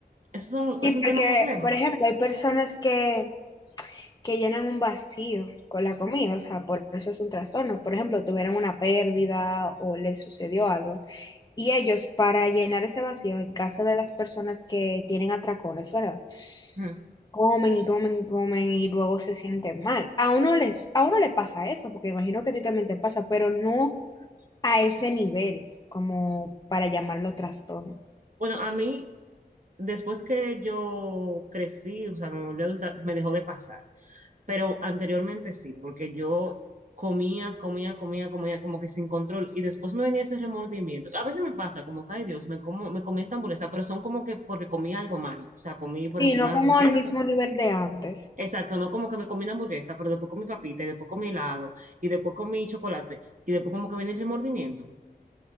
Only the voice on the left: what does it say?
Sí,
porque,
por ejemplo, hay personas que, que llenan un vacío con la comida, o sea, por eso es un trastorno. Por ejemplo, tuvieron una pérdida o les sucedió algo. Y ellos, para llenar ese vacío, en caso de las personas que tienen atracones, ¿verdad?
Comen y comen y comen y luego se sienten mal. A uno les, a uno le pasa eso, porque imagino que a ti también te pasa, pero no a ese nivel, como para llamarlo trastorno,
sino
como
al mismo nivel de antes.